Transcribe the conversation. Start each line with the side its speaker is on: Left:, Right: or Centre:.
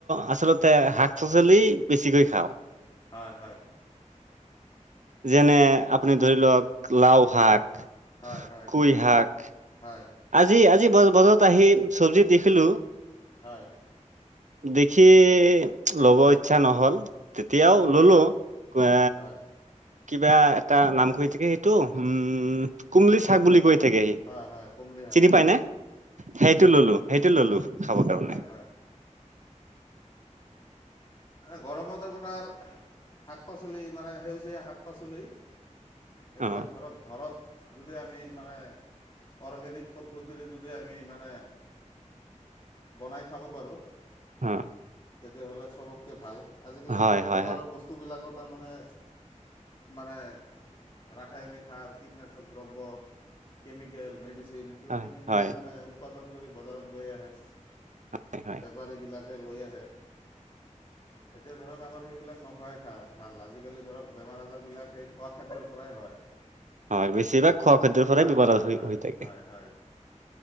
Right: আচলতে শাক-পাচলি বেছিকৈ খাওঁ।
Left: হয় হয়।
Right: যেনে আপুনি ধৰি লওক লাও শাক
Left: হয় -হয়,
Right: কুই শাক
Left: হয়
Right: আজি- আজি বজাৰত আহি চব্জিত দেখিলো
Left: হয়।
Right: দেখি ল'ব ইচ্ছা নহ'ল। তেতিয়াও
Left: হয়
Right: ললো এ
Left: হয়
Right: কিবা এটা নাম কৈ থাকে সেইটো উমঁ কুমলি চাক বুলি কৈ থাকে সি।
Left: হয় হয় কুমলি
Right: চিনি পাই নে? সেইটো ললো সেইটো ললো খাবৰ কাৰণে
Left: হয় হয় গৰমত আপোনাৰ- শাক-পাচলি মানে সেউজীয়া শাক- পাচলি এইবিলাক
Right: অ
Left: ধৰক ঘৰত- যদি আমি মানে অৰ্গেনিক পদ্ধতিৰে যদি আমি মানে- বনাই খাব পাৰোঁ
Right: হঁ।
Left: তেতিয়াহ'লে চবতকে ভাল, আজিকালি
Right: হয়
Left: ধৰক
Right: হয়
Left: বজাৰৰ
Right: হয়
Left: বস্তু- স্তু বিলাকত তাৰমানে মানে ৰাসায়নিক সাৰ কীটনাশক দ্ৰব্য কেমিকেল মেডিচিন কিবাকিবি
Right: হয় হয়
Left: দি মানে উৎপাদন কৰি বজাৰত লৈ আহে
Right: হয় হয়
Left: বেপাৰীবিলাক লৈ আহে এতিয়া ধৰক আমাৰ সেইবিলাক নোখোৱাই খা ভাল আজিকালি ধৰক বেমাৰ আজাৰবিলাক সেই খোৱা খাদ্যৰ পৰাই হয়
Right: হয় বেছিভাগ খোৱা খাদ্যৰ পৰাই
Left: হয়,
Right: বিপদ
Left: হয়, হয়,
Right: হৈ
Left: হয়
Right: হৈ থাকে
Left: - হয়।